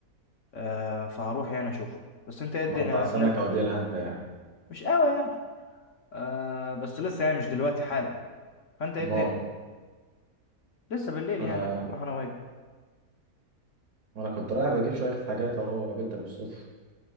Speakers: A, on the left; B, on the right.
A: آه فهروح يعني اشوفه بس انت ايه الدنيا
B: مقطع السمكه
A: أنا-
B: وديلها انت يعني
A: مش قوي يعني آه بس لسه يعني مش دلوقتي حالا فانت ايه
B: ما
A: الدنيا لسه بالليل
B: انا
A: يعني هبقى بروح انا وهي
B: انا كنت رايح بجيب شويه حاجات اهو قابلتك بالصدفه